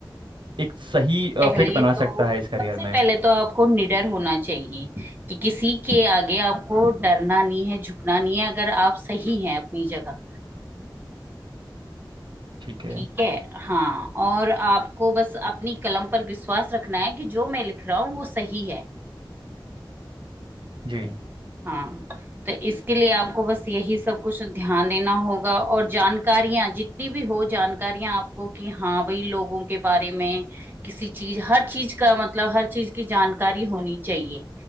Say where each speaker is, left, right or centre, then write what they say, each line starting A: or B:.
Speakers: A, on the right; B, on the right.
A: एक सही
B: सबसे पहले
A: फिट बना
B: तो
A: सकता है इस करियर
B: सबसे
A: में
B: पहले तो आपको निडर होना चाहिए कि किसी के आगे आपको डरना नहीं है झुकना नहीं है अगर आप सही हैं अपनी जगह
A: ठीक है
B: ठीक है हाँ और आपको बस अपनी कलम पर विश्वास रखना है कि जो मैं लिख रहा हूँ वो सही है
A: जी
B: हाँ तो इसके लिए आपको बस यही सब कुछ ध्यान देना होगा और जानकारियां जितनी भी हो जानकारियां आपको कि हाँ भाई लोगों के बारे में किसी चीज हर चीज का मतलब हर चीज की जानकारी होनी चाहिए